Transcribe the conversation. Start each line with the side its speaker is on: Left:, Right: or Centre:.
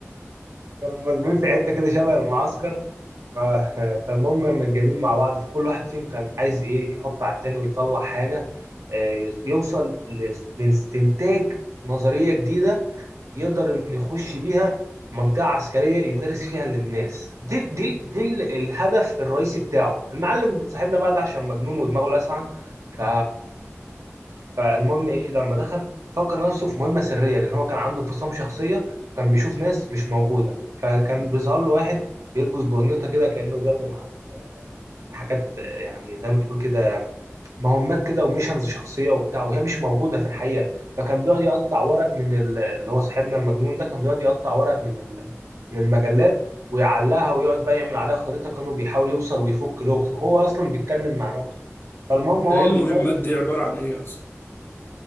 Right: كانوا ملمومين في حته كده شبه المعسكر ف- فالمهم متجابين مع بعض فكل واحد فيهم كان عايز ايه يحط على التاني ويطلع حاجه آه، يوصل ل- لاستنتاج نظريه جديده يقدر انه يخش بيها منطقة عسكرية يدرس فيها للناس دي دي دي ال- الهدف الرئيسي بتاعه المعلم صاحبنا بقى ده عشان مجنون ودماغه لاسعة ف فالمهم ايه لما دخل فكر نفسه في مهمة سرية لان هو كان عنده انفصام شخصية وكان بيشوف ناس مش موجودة فكان بيظهر له واحد بيلبس برنيطة كده كأنه بياخده معاه في حاجات يعني زي ما تقول كده مهمات كده وميشنز شخصيه وبتاع وهي مش موجوده في الحقيقه فكان بيقعد يقطع ورق من ال- اللي هو صاحبنا المجنون ده كان بيقعد يقطع ورق من ال- من المجلات ويعلقها ويقعد بقى يعمل عليها خريطه كانوا بيحاول يوصل ويفك لغز وهو اصلا بيتكلم مع نفسه فالمهم هو
Left: ده ايه المهمات
Right: بيدرس
Left: دي
Right: ل-
Left: عبارة عن ايه اصلا